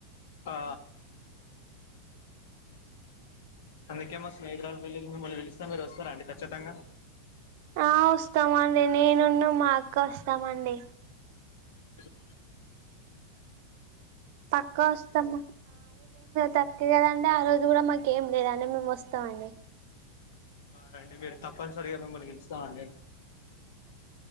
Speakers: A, on the left; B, on the right.
A: ఆ అందుకేమ స్నేహితురాలు వెళ్ళి మిమల్ని పిలిస్తే మీరు వస్తార అండి ఖచ్చితంగా
B: ఆ వస్తామండి నేనున్న మా అక్క వస్తామండి
A: హలో
B: పక్కా వస్తాము తక్కువ కదండి ఆ రోజు కూడా మాకు ఏం లేదంటే మేము వస్తామండి
A: రండి మీరు తప్పనిసరిగా మిమ్మల్ని పిలుస్తాం అండి